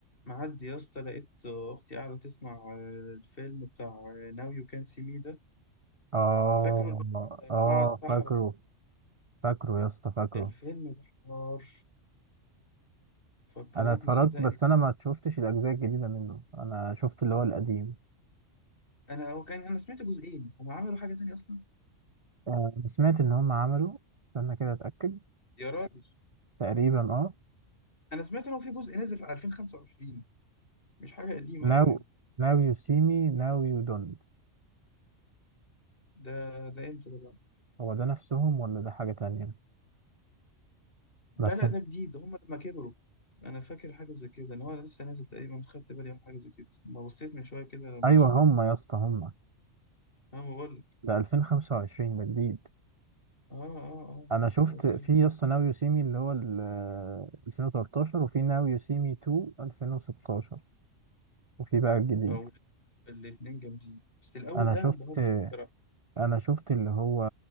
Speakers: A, on the left (about 45°); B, on the right (about 30°).
A: معدي يا اسطى لقيت اختي قاعده تسمع آه، الفيلم بتاع ناو يو كان سي مي ده
B: اه
A: فاكره اللي هو
B: اه
A: أربعة الصحراء
B: فاكره فاكره يا اسطى فاكره
A: الفيلم ده حوار فكرتني
B: انا اتفرجت
A: صدقني
B: بس انا ما شفتش الاجزاء الجديده منه انا شفت اللي هو القديم
A: انا هو كان انا سمعت جزئين هم عملوا حاجه تانية اصلا
B: آه سمعت ان هم عملوا استنى كده اتاكد
A: يا راجل
B: تقريبا اه
A: انا سمعت ان هو في جزء نزل في 2025 مش حاجه قديمه
B: ناو
A: قوي يعني
B: ناو يو سي مي ناو يو دونت
A: ده ده امتى ده بقى
B: هو ده نفسهم ولا ده حاجه تانية
A: لا
B: بس
A: لا ده جديد ده هم لما كبروا انا فاكر حاجه زي كده ان هو لسه نازل تقريبا خدت بالي من حاجه زي كده ما بصيت من شويه كده لما
B: ايوه
A: شفت
B: هم يا اسطى هم
A: اه ما بقول لك
B: ده 2025 ده جديد
A: اه اه اه
B: انا شفت
A: قلت
B: في
A: لك.
B: يا اسطى ناو يو سي مي اللي هو ال- 2013 وفي ناو يو سي مي 2 2016 وفي بقى الجديد
A: او الاتنين جامدين بس الأول
B: انا
A: ده
B: شفت
A: أنا انبهرت بيه بصراحة
B: انا شفت اللي هو